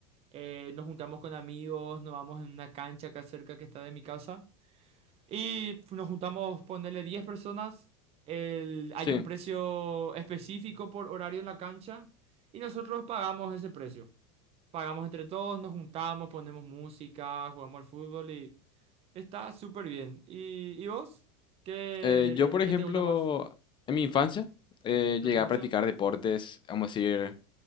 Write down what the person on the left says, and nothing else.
Sí,
eh, yo, por ejemplo,
en mi infancia eh,
llegué
a practicar deportes, vamos a decir,